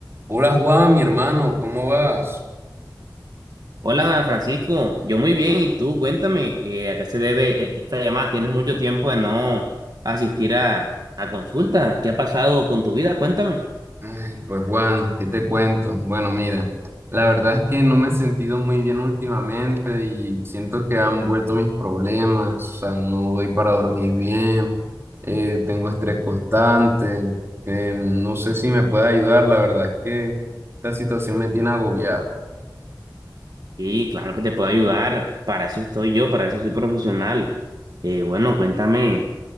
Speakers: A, on the right; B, on the right.
A: Hola Juan, mi hermano, ¿cómo vas?
B: Hola Francisco, yo muy bien, ¿y tú? Cuéntame, eh, ¿a qué se debe e- esta llamada? Tienes mucho tiempo de no asistir a, a consulta. ¿Qué ha pasado con tu vida? Cuéntame.
A: Ay, pues Juan, ¿qué te cuento? Bueno, mira, la verdad es que no me he sentido muy bien últimamente y siento que han vuelto mis problemas, o sea, no doy para dormir bien, eh, tengo estrés constante, eh, no sé si me puedes ayudar, la verdad es que esta situación me tiene agobiado.
B: Sí, claro que te puedo ayudar, para eso estoy yo, para eso soy profesional. Eh, bueno, cuéntame,